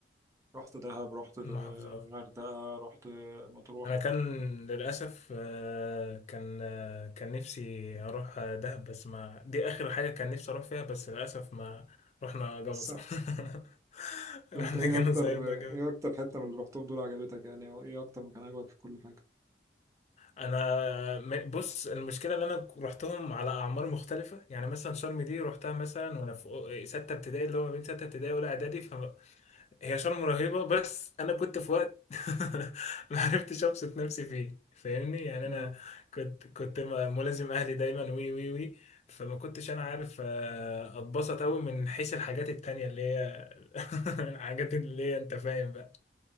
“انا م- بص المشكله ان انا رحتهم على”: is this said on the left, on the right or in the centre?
Left